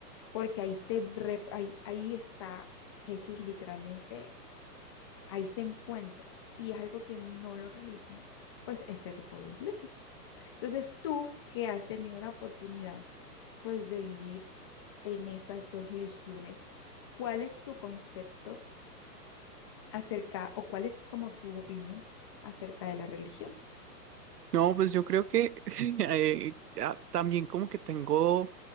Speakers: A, on the left (about 15°); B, on the right (about 70°).
A: porque ahí se, re- ahí, ahí está Jesús literalmente ahí se encuentra y es algo que no lo realizan pues este tipo de iglesias. Entonces tú que has tenido la oportunidad pues de vivir en estas dos religiones, ¿cuál es tu concepto acerca o cuál es como tu opinión acerca de la religión?
B: No, pues yo creo que <laughs> eh, ah, también como que tengo